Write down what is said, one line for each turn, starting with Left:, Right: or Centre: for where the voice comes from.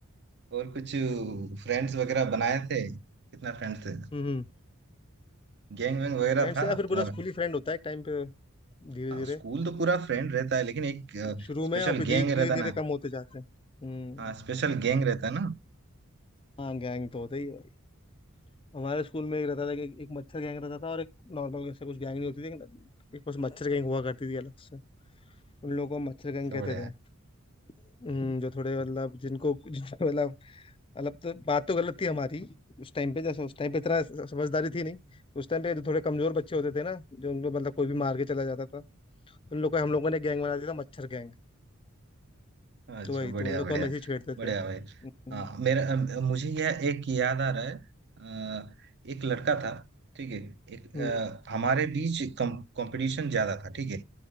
Right: और कुछ फ्रेंड्स वगैरह बनाए थे कितना फ्रेंड्स थे
Left: हम्म
Right: गैंग वैंग वगैरह
Left: फ्रेंड्स
Right: था
Left: या फिर पूरा
Right: तुम्हारा
Left: स्कूल ही फ्रेंड होता है एक टाइम पे धीरे
Right: हाँ
Left: धीरे
Right: स्कूल तो पूरा फ्रेंड रहता है लेकिन एक
Left: शुरू
Right: स्पेशल
Left: में और फिर धीरे
Right: गैंग
Left: धीरे
Right: रहता
Left: धीरे
Right: ना
Left: कम होते जाते हैं हम्म
Right: हाँ स्पेशल गैंग रहता ना
Left: हाँ गैंग तो होता ही है भाई हमारे स्कूल में एक रहता था कि एक मच्छर गैंग रहता था और एक नॉर्मल ऐसे कुछ गैंग नहीं होती थी एक बस मच्छर गैंग हुआ करती थी अलग से उन लोगों को मच्छरगंग
Right: अच्छा
Left: कहते
Right: बढ़िया
Left: थे
Right: है
Left: हम्म, जो थोड़े मतलब जिनको जिनको मतलब मतलब तो बात तो गलत थी हमारी उस टाइम पे जैसे उस टाइम पे इतना स- समझदारी थी नहीं उस टाइम पे जो थोड़े कमजोर बच्चे होते थे ना जो उनको मतलब कोई भी मार के चला जाता था उन लोग को हम लोगों ने गैंग बना दिया था मच्छर गैंग
Right: अच्छा
Left: तो वही
Right: बढ़िया
Left: तो उन लोग
Right: बढ़िया
Left: को हम ऐसे ही छेड़ते थे
Right: बढ़िया
Left: हम्म
Right: भाई हाँ मेरा अ, मुझे यह एक याद आ रहा है अ, एक लड़का था ठीक है एक अ,
Left: हम्म,
Right: हमारे बीच कंपटीशन ज्यादा था ठीक है